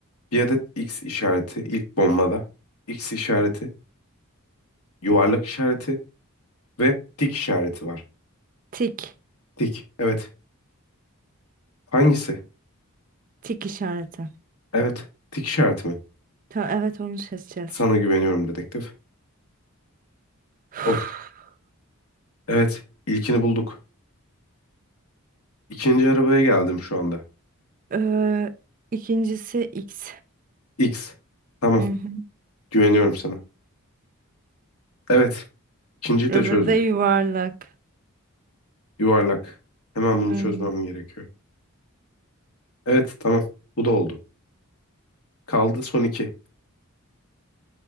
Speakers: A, on the left; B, on the right.
A: bir adet X işareti ilk bombada. X işareti, yuvarlak işareti Ve tik işareti var.
B: Tik.
A: Tik. Evet. Hangisi?
B: Tik işareti.
A: Evet. Tik işareti mi?
B: Tamam, evet onu seçeceğiz.
A: Sana güveniyorum dedektif.
B: <sighs>
A: Of. Evet. İlkini bulduk. İkinci arabaya geldim şu anda.
B: Eee ikincisi X.
A: X. Tamam.
B: Hı hı.
A: Güveniyorum sana. Evet. İkinciyi
B: Öbürü
A: de çözdük.
B: de yuvarlak.
A: Yuvarlak. Hemen bunu
B: Hı.
A: çözmem gerekiyor. Evet. Tamam. Bu da oldu. Kaldı son iki.